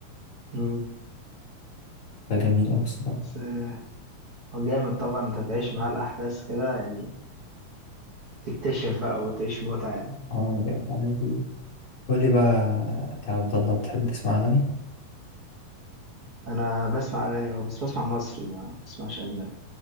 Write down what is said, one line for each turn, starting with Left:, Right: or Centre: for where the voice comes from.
Right: مم.
Left: فجميل أوي بصراحة
Right: بس آه، هو جامد طبعا انت تعيش معاه الاحداث كده يعني تكتشف بقى وتعيش متعه يعني
Left: اه دي أحلى حاجة فيه قول لي بقى يا عبد الله بتحب تسمع أغاني؟
Right: انا بسمع اغاني أوي، بس بسمع مصري ما بسمعش اجنبي